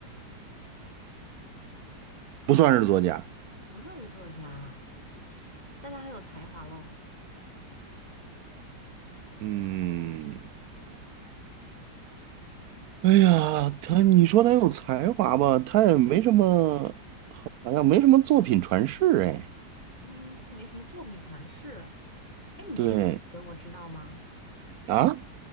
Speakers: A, on the right (about 70°); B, on the left (about 25°).
A: 不算是作家。
B: 不算是作家啊，但她很有才华喽。
A: 嗯，哎呀，他你说他有才华吧，他也没什么，好像没什么作品传世哎。
B: 嗯，没什么作品传世。哎，你确定这个人我知道吗？
A: 对啊，